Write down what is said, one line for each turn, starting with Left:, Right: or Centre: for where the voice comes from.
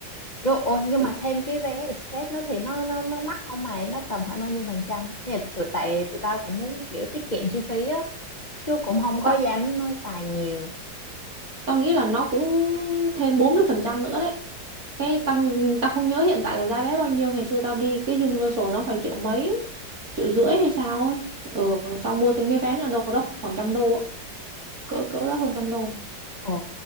Left: Vô, ôi, nhưng
Right: Ừ,
Left: mà thêm cái vé express nó thì nó nó nó mắc không mày? Nó tầm khoảng bao nhiêu phần trăm? Thì tụi tại tụi tao cũng muốn kiểu tiết kiệm chi phí á, chứ cũng không có
Right: tao
Left: dám xài nhiều.
Right: tao nghĩ là nó cũng thêm 40% nữa đấy cái tao tao không nhớ hiện tại là giá vé bao nhiêu ngày xưa tao đi cái Universal nó phải triệu mấy triệu rưỡi hay sao ấy ừ, xong mua thêm cái vé nữa đâu đó khoảng trăm đô ạ. cỡ cỡ đó hơn trăm đô
Left: Ồ,